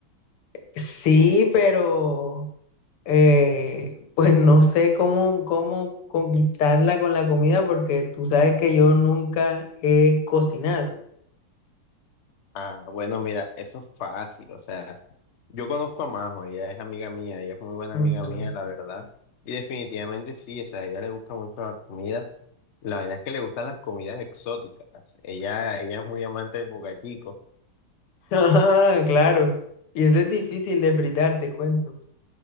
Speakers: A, on the left; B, on the left.
A: Sí, pero... eh, pues no sé cómo, cómo conquistarla con la comida porque tú sabes que yo nunca he cocinado.
B: Ah, bueno, mira, eso es fácil, o sea. Yo conozco a Majo, ella es amiga mía, ella es muy buena
A: Ujú.
B: amiga mía, la
A: <laughs>
B: verdad. Y definitivamente sí, o sea, a ella le gusta mucho la comida. La verdad es que le gustan las comidas exóticas. Ella, ella es muy amante del bocachico.
A: Ah, claro. Y eso es difícil de fritar, te cuento.